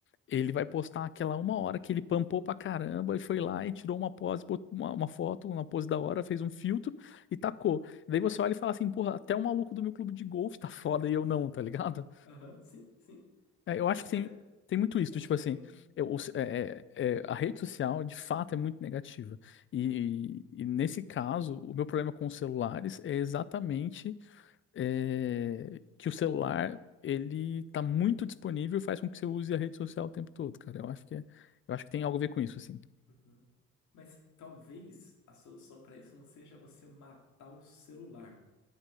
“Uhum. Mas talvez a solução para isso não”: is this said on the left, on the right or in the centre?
Left